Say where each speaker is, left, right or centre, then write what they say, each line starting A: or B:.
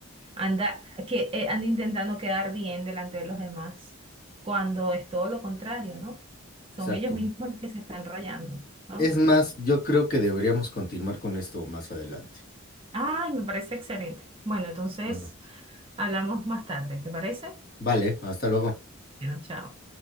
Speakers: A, on the right; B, on the left.
A: Anda, que eh, anda intentando quedar bien delante de los demás, cuando es todo lo contrario, ¿no?
B: exacto.
A: Son ellos mismos los que se están rayando, ¿no?
B: Es más, yo creo que deberíamos continuar con esto más adelante.
A: Ay, me parece excelente. Bueno, entonces
B: Bueno,
A: hablamos más tarde, ¿te parece?
B: vale, hasta luego.
A: Bueno, chao.